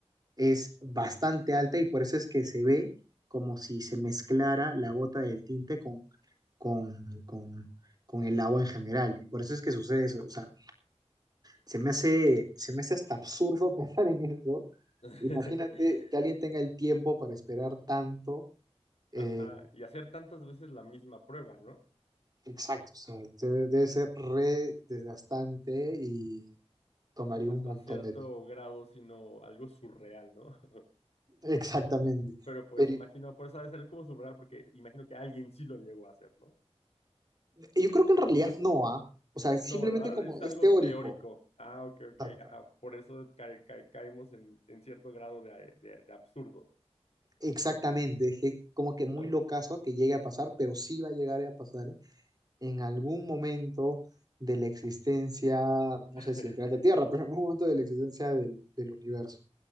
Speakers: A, on the right; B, on the left.
A: es bastante alta y por eso es que se ve como si se mezclara la gota del tinte con, con, con, con el agua en general. Y por eso es que sucede eso. O sea, se me hace, se me hace hasta absurdo <laughs> pensar en eso.
B: <laughs>
A: Imagínate que alguien tenga el tiempo para esperar tanto. eh,
B: Ajá, y hacer tantas veces la misma prueba, ¿no?
A: exacto, o sea, debe, debe ser re desgastante y tomaría
B: Pues hasta
A: un montón
B: cierto
A: de tiempo.
B: grado, sino algo surreal, ¿no? <laughs>
A: <laughs> Exactamente.
B: Pero pues
A: Pero
B: imagino, por eso ha de ser como surreal, porque imagino que alguien sí lo llegó a hacer, ¿no?
A: yo creo que en realidad
B: O, o-
A: no, ¿ah? O sea, simplemente
B: no, ¿verdad?
A: como
B: Es
A: es
B: algo
A: teórico.
B: teórico. Ah, ok,
A: Exacto.
B: ok, ajá. Por eso ca- ca- caemos en, en cierto grado de, de- de absurdo.
A: Exactamente, es que como que muy
B: Ok.
A: locazo que llegue a pasar, pero sí va a llegar a pasar en algún momento de la existencia, no
B: <laughs>
A: sé si del planeta Tierra, pero en algún momento de la existencia del, del universo.